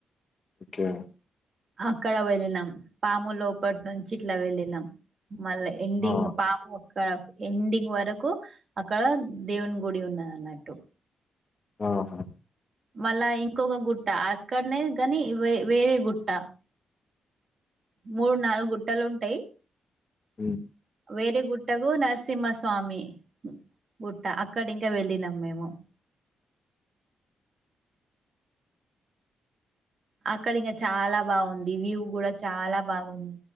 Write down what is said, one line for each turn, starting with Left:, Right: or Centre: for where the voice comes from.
Left: ఓకే
Right: అక్కడ వెళ్ళినాం పాము లోపటి నుంచి ఇట్లా వెళ్ళినాం మళ్ళా ఎండింగ్
Left: ఆ!
Right: పాము అక్కడ ఎండింగ్ వరకు అక్కడ దేవుని గుడి ఉన్నది అన్నట్టు
Left: ఆహా
Right: మళ్ళా ఇంకొక గుట్ట అక్కడనే కానీ వే వేరే గుట్ట మూడు నాలుగు గుట్టలు ఉంటాయి
Left: ఉ
Right: వేరే గుట్టకు నరసింహస్వామి గుట్ట అక్కడ ఇంకా వెళ్ళినం మేము ట్రావెల్స్ సౌండ్ అక్కడ ఇంకా చాలా బాగుంది వ్యూ కూడా చాలా బాగుంది